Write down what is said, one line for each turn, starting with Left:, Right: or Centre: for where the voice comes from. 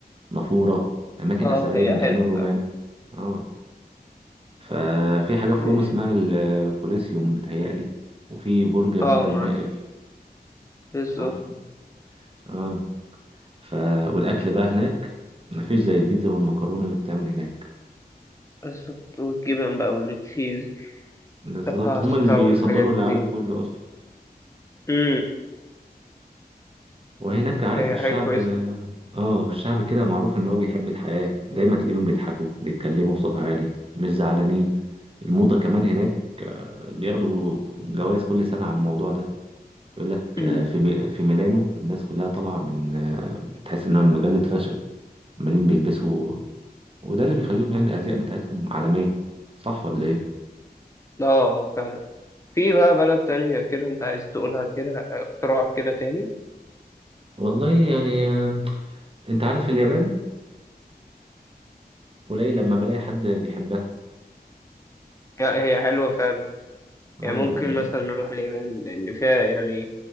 Right: نافورة اماكن
Left: اه
Right: اثرية
Left: هي
Right: من
Left: حلوة
Right: ايام الرومان
Left: فعلا
Right: اه ففي حاجة في
Left: ماشي
Right: روما اسمها الكوليسيوم بتهيألي وفي برج بيزا
Left: اه معدن
Right: المائل
Left: بالظبط
Right: عارفه اه ف والأكل بقى هناك مفيش زي البيتزا والمكرونة اللي بتعمل هناك
Left: بالظبط والجبن بقى والتشيز
Right: بالظبط
Left: الباستا
Right: هما اللي بيصدروا
Left: والحاجات
Right: للعالم
Left: دي
Right: كله أصلا
Left: مم.
Right: وهناك عارف
Left: هي
Right: الشعب
Left: حاجة كويسة
Right: اه والشعب كده معروف إن هو بيحب الحياة دايما تلاقيهم بيضحكوا بيتكلموا بصوت عالي مش زعلانين الموضة كمان هناك آه، بياخدوا جوائز كل سنة على الموضوع ده يقول لك
Left: مم.
Right: آه، في مي- في ميلانو الناس كلها طالعه من آه، تحس انها مجله فاشن عمالين بيلبسوا وده اللي بيخليهم يعني الازياء بتاعتهم عالميه صح ولا ايه
Left: اه فعلا في بقى بلد تانية كده انت عايز تقولها كده اقتراح كده تاني
Right: والله يعني آه، انت عارف اليابان قليل لما بلاقي حد بيحبها
Left: لا، هي حلوة فعلا
Right: اه
Left: يعني ممكن
Right: يعني
Left: مثلا نروح اليابان لأن فيها يعني